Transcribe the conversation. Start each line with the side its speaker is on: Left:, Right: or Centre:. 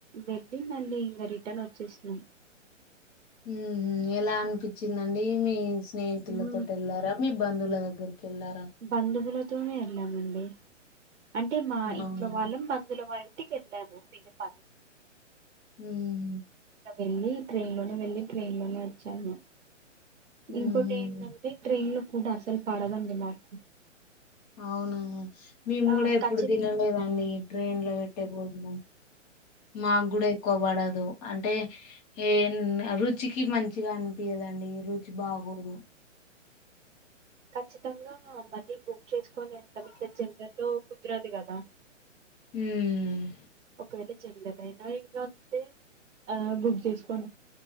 Right: వెళ్ళి మళ్ళీ ఇంకా రిటర్న్ వచ్చేసినాం.
Left: మ్మ్ మ్మ్ ఎలా అనిపించిందండి మీ స్నేహితుల
Right: ఉమ్,
Left: తోటెళ్లారా? మీ బంధువుల దగ్గరికెళ్ళారా
Right: బంధువులతోనే వెళ్ళామండి. అంటే మా ఇంట్లో
Left: అవునా
Right: వాళ్ళం బంధువుల వా ఇంటి కెళ్ళము <unintelligible>
Left: ఉమ్
Right: ఇంకా వెళ్ళి ట్రైన్ లోనే వెళ్ళి ట్రైన్ లోనే వచ్చాము. ఇంకోటి
Left: మ్మ్
Right: ఏంటంటే ట్రైన్ లో ఫుడ్ అసలు పడవండి మాకు
Left: అవునా మేము
Right: ఆ
Left: కూడా ఎప్పుడు
Right: ఖచ్చితంగా
Left: తినలేదండి ట్రైన్ లో పెట్టే భోజనం మాక కూడా ఎక్కువ పడదు అంటే ఏన్ ఆ రుచికి మంచిగా అనిపియదండి రుచి బాగోదు
Right: ఖచ్చితంగా మళ్ళీ బుక్ చేస్ కొని వెళ్తాం ఇట్లా జెనరల్లో కుదరది కదా
Left: ఉమ్
Right: ఒకవేళ జనరల్ అయిన ఇంకా అంతే ఆ బుక్ చేసుకోని